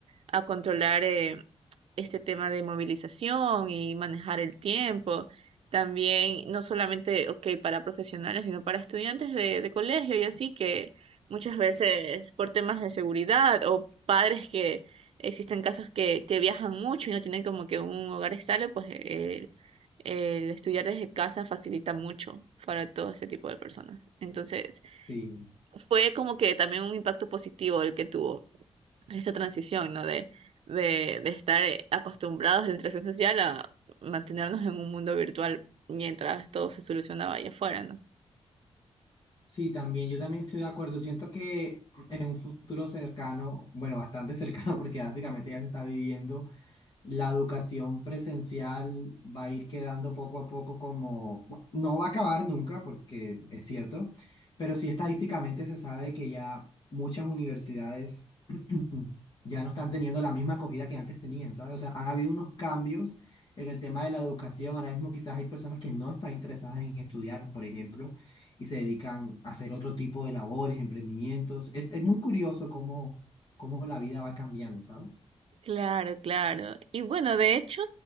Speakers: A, on the right; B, on the left.
A: a controlar. eh, este tema de movilización y manejar el tiempo. También, no solamente, ok, para profesionales, sino para estudiantes de, de colegio y así, que muchas veces por temas de seguridad o padres que existen casos que, que viajan mucho y no tienen como que un hogar estable, pues el, el estudiar desde casa facilita mucho para todo este tipo de personas. Entonces,
B: Sí.
A: fue como que también un impacto positivo el que tuvo esta transición, ¿no? De, de, de estar eh, acostumbrados a la interacción social a mantenernos en un mundo virtual mientras todo se solucionaba allá afuera, ¿no?
B: Sí, también, yo también estoy de acuerdo. Siento que en un futuro cercano, bueno, bastante cercano, <laughs> porque básicamente ya se está viviendo. La educación presencial va a ir quedando poco a poco como, bu- no va a acabar nunca, porque es cierto, pero sí estadísticamente se sabe que ya muchas universidades <clears throat> ya no están teniendo la misma acogida que antes tenían, ¿sabes? O sea, han habido unos cambios en el tema de la educación. Ahora mismo quizás hay personas que no están interesadas en estudiar, por ejemplo, y se dedican a hacer otro tipo de labores, emprendimientos. Es, es muy curioso cómo, cómo la vida va cambiando, ¿sabes?
A: Claro, claro. Y bueno, de hecho,